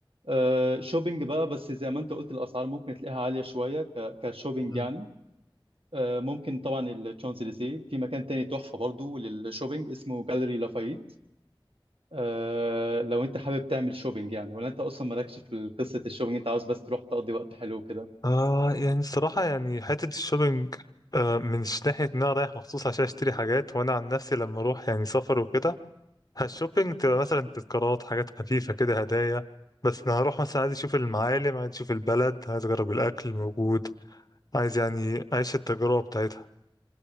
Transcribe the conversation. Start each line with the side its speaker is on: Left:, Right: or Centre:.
Right: آه، شوبينج بقى بس زي ما انت قلت الاسعار ممكن تلاقيها عاليه شويه ك- كشوبينج
Left: أمم.
Right: يعني آه، ممكن طبعا الشانزليزيه في مكان تاني تحفه برضو للشوبينج اسمه جاليري لافايت آه، لو انت حابب تعمل شوبينج يعني ولا انت اصلا مالكش في قصه الشوبينج انت عاوز بس تروح تقضي وقت حلو كده
Left: آه يعني الصراحة يعني حتة الشوبينج آه مش ناحية إن أنا رايح مخصوص عشان أشتري حاجات وأنا عن نفسي لما أروح يعني سفر وكده الشوبينج تبقى مثلا تذكارات حاجات خفيفة كده هدايا بس أنا هروح مثلا عايز أشوف المعالم عايز أشوف البلد عايز أجرب الأكل الموجود عايز يعني أعيش التجربة بتاعتها